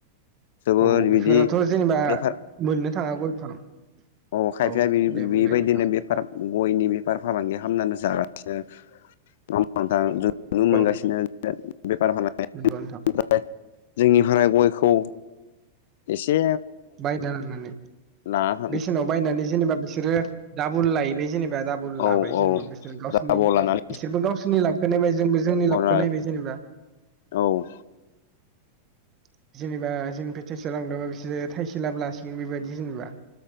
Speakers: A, on the left (about 55°); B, on the right (about 30°).
A: जोबोद
B: औ
A: बिदि
B: बेफोराथ' जेनेबा
A: बेफार
B: मोननो थाङा गय बिफां
A: अ' खायफाया
B: औ
A: बि
B: दे बुंलाय
A: बेबायदिनो
B: नोंथां
A: बे पार गयनि बेफार फालांगि खालामनानै जागासिनो दं दा जों नुनो मोनगासिनो
B: औ
A: बेफार फालांगि
B: नंगौ नोंथां
A: ओमफ्राय जोंनि भाराय गयखौ एसे
B: बायदेरनानै
A: ना
B: बेसेनाव बायनानै जेनेबा बिसोरो दाबुल लायैबाय जेनेबा दाबल
A: औ
B: लाबाय
A: औ
B: जेनेबा बिसोर गावसिनि
A: दाबाव लानानै
B: बिसोरबो गावसोरनि लाबखौ नायबाय जोंबो जोंनि
A: हरा
B: लाबखौ नायबाय जेनेबा
A: औ
B: लांदां जेनेबा जोंनिफ्राय थाइसेयाव लांदोंबा बिसोरो थाइसे लाबो लासिगोन बेबायदि जेनेबा